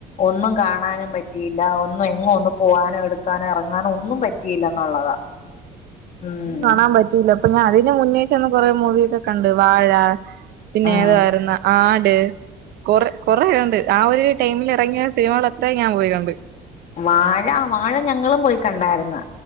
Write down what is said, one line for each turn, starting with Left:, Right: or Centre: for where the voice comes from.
Left: ഒന്നും കാണാനും പറ്റിയില്ല ഒന്നും എങ്ങുമൊന്ന് പോവാനും എടു- ടുക്കാനോ ഇറങ്ങാനോ ഒന്നും പറ്റിയില്ല എന്നുള്ളതാ മം
Right: കാണാൻ അപ്പൊ ഞാൻ അതിന് മുന്നേ ചെന്ന് കുറെ മൂവിയൊക്കെ കണ്ട് വാഴ പിന്നെ
Left: ഉം
Right: ഏതായിരുന്ന് ആട് കൊറ കൊറേ കണ്ട് ആ ഒരു ടൈമില് ഇറങ്ങിയ സിനിമകൾ അത്രയും ഞാൻ പോയിക്കണ്ട്
Left: വാഴ വാഴ ഞങ്ങളും പോയി കണ്ടായിരുന്ന്